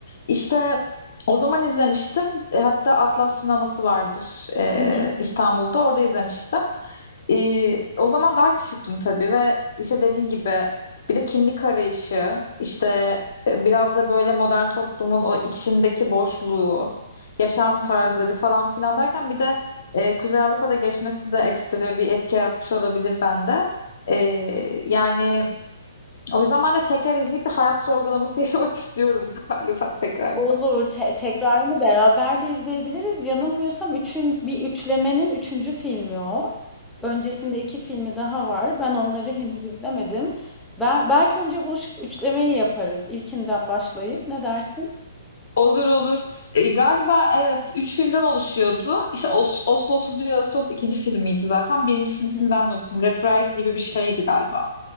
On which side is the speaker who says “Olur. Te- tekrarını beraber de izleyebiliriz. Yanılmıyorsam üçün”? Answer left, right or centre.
Centre